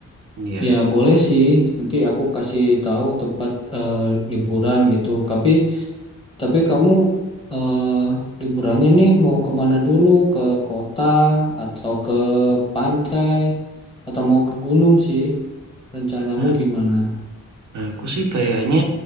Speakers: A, on the right; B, on the left.
A: Iya,
B: ya boleh sih. Nanti aku kasih tahu tempat eh, liburan gitu. Tapi Tapi kamu eh, liburannya nih mau kemana dulu? Ke kota atau ke pantai atau mau ke gunung sih? Rencanamu
A: a-
B: gimana?
A: aku sih kayaknya